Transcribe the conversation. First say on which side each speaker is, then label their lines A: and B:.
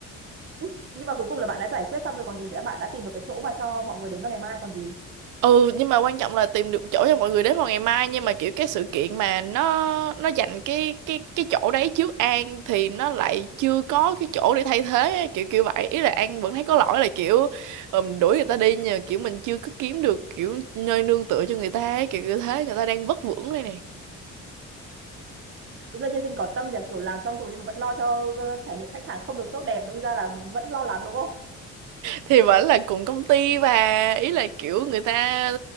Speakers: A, on the right; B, on the right.
A: Ừ, nhưng mà cuối cùng là bạn đã giải quyết xong rồi còn gì nữa bạn đã tìm được cái chỗ mà cho mọi người đến vào ngày mai còn gì
B: ừ nhưng mà quan trọng là tìm được chỗ cho mọi người đến vào ngày mai nhưng mà kiểu cái sự kiện mà nó nó dành cái cái cái chỗ đấy trước An thì nó lại chưa có cái chỗ để thay thế á, kiểu kiểu vậy ý là An vẫn thấy có lỗi là kiểu ờ, mình đuổi người ta đi nhờ kiểu mình chưa có kiếm được kiểu nơi nương tựa cho người ta ấy, kiểu kiểu thế người ta đang vất vưởng đây nè
A: đúng là nhân viên có tâm nhỉ kiểu làm xong rồi nhưng mà vẫn lo cho ờ, trải nghiệm khách hàng không được tốt đẹp đâm ra là vẫn lo lắng đúng không
B: thì vẫn là cùng công ty và ý là kiểu người ta